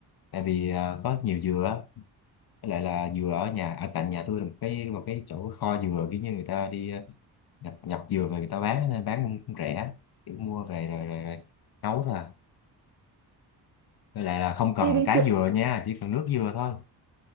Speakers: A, on the left; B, on the right.
A: tại vì ờ, có nhiều dừa á. với lại là dừa ở nhà ở cạnh nhà tôi là một cái một cái chỗ kho dừa kiểu như người ta đi ờ, nhập nhập dừa về người ta bán nên bán cũng, cũng rẻ kiểu mua về rồi, rồi, rồi nấu ra với lại là không cần
B: ê bình
A: cái
B: thường
A: dừa nha chỉ cần nước dừa thôi